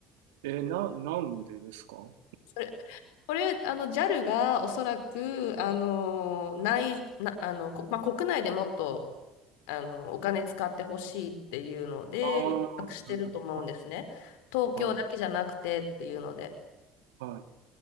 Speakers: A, on the right (about 80°); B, on the left (about 80°).
A: え、な、なんでですか
B: それ、これ、あの、JAL がおそらく、あの、内、な、あの、こ、まあ、国内でもっと、あの、お金使ってほしいっていうので、
A: ああー、
B: 企画してると思うんですね。
A: なるほど。
B: 東京だけじゃなくてっていうので。
A: はいはい